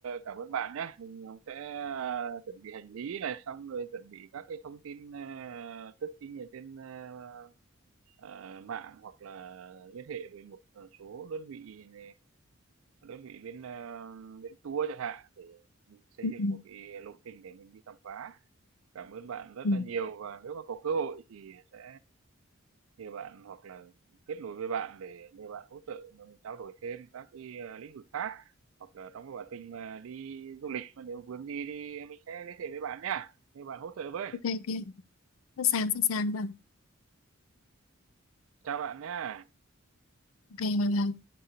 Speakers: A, on the right; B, on the left.
A: cảm ơn bạn nhé mình, ờ, sẽ, à, chuẩn bị hành lý này, xong rồi chuẩn bị các cái thông tin, à, searching ở trên, a, à, mạng hoặc là liên hệ với một, ờ, số đơn vị nè, đơn vị bên, a, bên tour chẳng hạn để mình xây
B: Ừ.
A: dựng
B: Ừ.
A: một cái lộ trình để mình đi khám phá. Cảm ơn bạn rất
B: Ừ.
A: là nhiều và nếu mà có cơ hội thì sẽ Thì bạn hoặc là kết nối với bạn để nhờ bạn hỗ trợ mình trao đổi thêm các cái, ờ, lĩnh vực khác, hoặc là trong cái quá trình mà đi du lịch mà nếu vướng gì thì mình sẽ liên hệ với bạn nhá, nhờ bạn hỗ trợ với.
B: ok ok sẵn sàng sẵn sàng rồi
A: Chào bạn nha.
B: ok bye bye